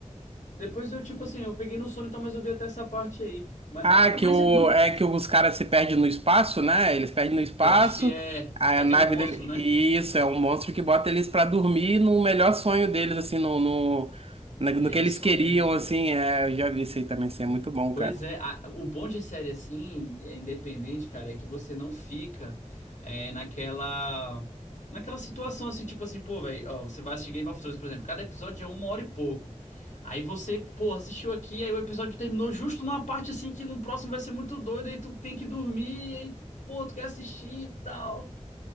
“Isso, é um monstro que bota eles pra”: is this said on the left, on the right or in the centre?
Right